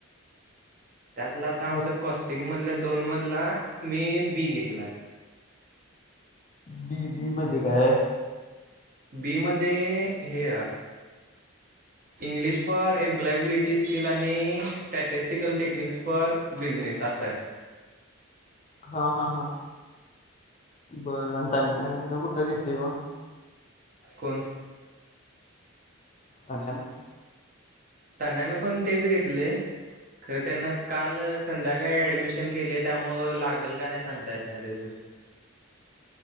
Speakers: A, on the right; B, on the left.
A: त्यातलं आता
B: मग
A: आमच कॉस्टिंग मधल्या दोन मधला मी बी घेतला.
B: बीबी म देखाय.
A: बी मध्ये हे इंग्लिश फॉर एम्प्लॉयबिलिटी स्किल आणि स्टॅटिस्टिकल टेक्निक्स फॉर बिझनेस असा आहे.
B: हा हा हा बर तनी ना ना कुठ घेतली मग
A: कोण?
B: अ न्या ना
A: त्यांनान पण तेच घेतले खर त्यांना काल संध्याकाळी ऍडमिशन केले त्यामु लाग गल का नाही सांगता येत नाही त्याच